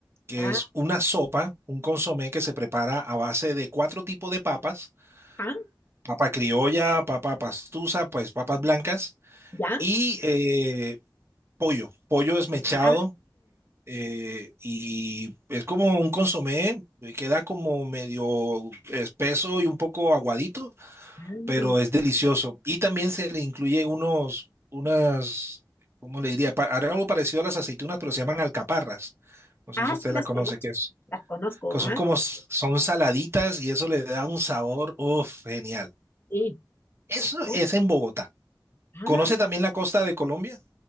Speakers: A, on the right; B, on the left.
A: que
B: Ah,
A: es una sopa, un consomé que se prepara a base de cuatro tipos de papas
B: ajá,
A: papa criolla, papa pastusa, pues papas blancas
B: ya.
A: y eh, pollo, pollo desmechado
B: Ah,
A: eh, y es como un consomé, eh, queda como medio espeso y un poco aguadito,
B: mm,
A: pero es delicioso. Y también se le incluye unos, unas, ¿cómo le diría? Pa- algo parecido a las aceitunas, pero se llaman alcaparras. No sé
B: Ah,
A: si usted
B: sí, las
A: la conoce,
B: conozco.
A: que es,
B: Las conozco.
A: que son
B: Ah,
A: como, s- son saladitas y eso le da un sabor, uff, genial.
B: sí.
A: Eso
B: Oh,
A: es en Bogotá.
B: ah.
A: ¿Conoce también la costa de Colombia?